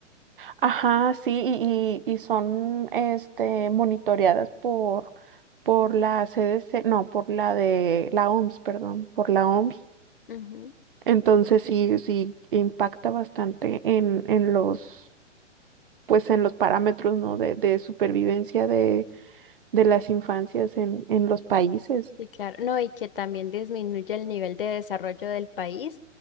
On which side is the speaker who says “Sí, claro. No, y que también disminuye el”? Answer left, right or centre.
Left